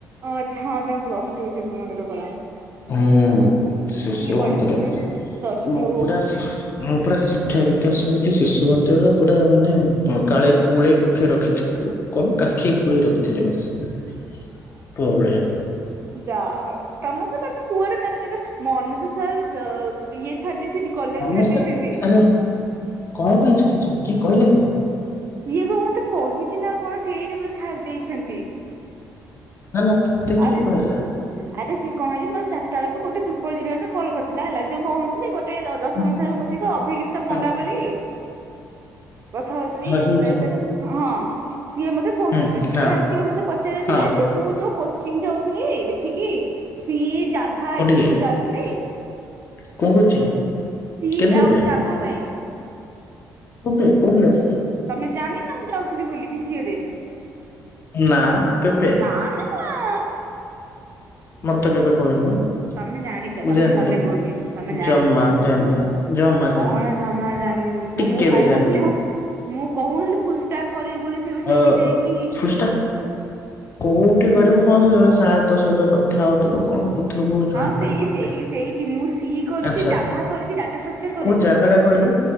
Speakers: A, on the right; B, on the left.
A: ଓ ଆଚ୍ଛା ହଁ ତମେ ପ୍ଲସ ଟୁ ବି ଶିଶୁମନ୍ଦିର ପରା।
B: ହୁଁ ଶିଶୁମନ୍ଦିର
A: ପଢିଛି
B: ତୋର।
A: ପ୍ଲସ
B: ମୁଁ
A: ଟୁ
B: ପୁରା <unintelligible> ମୁଁ ପୁରା ଶିକ୍ଷା ବିକାଶସମିତି ଶିଶୁ ମନ୍ଦିରର ପୁରା ମାନେ କାଳେଇ କୋଳେଇ କୋଖେଇ ରଖିଛି କୋ କଣ କାଖେଇ କୋଳେଇ
A: ଆଚ୍ଛା
B: ରଖିଥିଲେ ମତେ ସେମାନେ, ପୁଅ ଭଳିଆ।
A: ଯାହା ହଉ ତମକୁ ତ କୁଆଡ଼େ ନ ଜାଗା, ମନୋଜ ସାର୍ <unintelligible> ଇଏ ଛାଡ଼ି ଦେଇଛନ୍ତି। କଲେଜ
B: ମନୋଜ
A: ଛାଡି
B: ସାର୍
A: ଦେଇଛନ୍ତି
B: ଆରେ କଣ ପାଇଁ ଛାଡ଼ିଚନ୍ତି, କିଏ କହିଲା କିଏ?
A: କିଏ କଣ ମତେ କହିଛି ନା କଣ, ସେଇ ଯୋଗୁ ଛାଡ଼ି ଦେଇଛନ୍ତି।
B: ନା ନା ତତେ କିଏ
A: ଆରେ
B: କହିଲା?
A: ଆରେ ସିଏ କଣ ହେଇଛି, ମୋର ଚାରିଟା ବେଳକୁ ଗୋଟେ ସୁପରଜୁନିୟରରେ କଲ୍ କରିଥିଲା ହେଲା, ଯୋଉ କହୁନଥିଲି ଗୋଟେ ଗୋଟେ ଯଶବନ୍ତ
B: ହୁଁ, ହୁଁ,
A: ସାରଙ୍କୁ ପଚାରିବ ଅଭିଲିପସା
B: ହଁ
A: ପଣ୍ଡା ବୋଲି କଥା ହଉଥିଲି।
B: ହଁ ହେଇଥିବ
A: ତା ବିଷୟରେ ହଁ ହଁ ସିଏ ମତେ ଫୋନ
B: ହୁଁ
A: କରିଥିଲା, ସିଏ
B: ହଁ
A: ଆଚୁଆଲି ମତେ ପଚାରଥିଲା
B: ହଁ
A: ଯେ ମୁଁ ଯୋଉ କୋଚିଂ ଯାଉଥିଲି ଏଠିକି, ସି ଜାଭା
B: କୋଉଠିକି?
A: ଏଗ ସବୁୁ ଯାଉଥିଲି।
B: କୋଉ କୋଚିଂ
A: ସି
B: କେବେବେ
A: ଆଉ ଚାଭା ପାଇଁ।
B: ତମେ କଉ କ୍ଲାସ୍ ରେ?
A: ତମେ ଜାଣିନ ନା ମୁଁ ଯାଉଥିଲି ବୋଲି ବି ସିଏ ରେ।
B: ନା କେବେ
A: ନା ମୁଁ ଆଁ
B: ମତେ କେବେ କହିନୁ।
A: ତମେ ଜାଣିଛ,
B: ମୁଁ
A: ତମର
B: ଜାଣିନି।
A: ମନେ ପଡୁନି, ତମେ ଜାଣିଛ
B: ଜମା
A: ତମେ
B: ଜାଣିନି ଜମା ଜାଣିନି
A: କଣ ଜମା ଜାଣିନି ବୋଲି
B: ଟିକେ
A: ମୁଁ
B: ବି
A: କହୁ
B: ଜାଣିନି
A: ନ ଥିଲି, ମୁଁ କହୁନଥିଲି ଫୁଲ ଷ୍ଟାକ୍ କରିବି ବୋଲି। ଯଉ ସେଇଠି
B: ଅ
A: ଯାଇକି
B: ପୃଷ୍ଠା, କୋଉଠି କରିବୁ ହଁ ସେ ଜଣେ ସାର୍ ଙ୍କ ସହିତ କଥା ହଉଥିଲୁ। କଣ କୁ ଥିଲ ମୁଁ ଜଣ
A: ହଁ ସେଇ
B: ପାରିବନ
A: ସେଇ
B: ନାଇ
A: ସେଇଠି ମୁଁ ସି କରିଛି
B: ଆଛା
A: ଜାଭା କରିଛି ଡାଟା ଷ୍ଟ୍ରକ୍ଚର କରିଛି
B: କୋଉ ଜାଗା ଟା କହିଲୁ?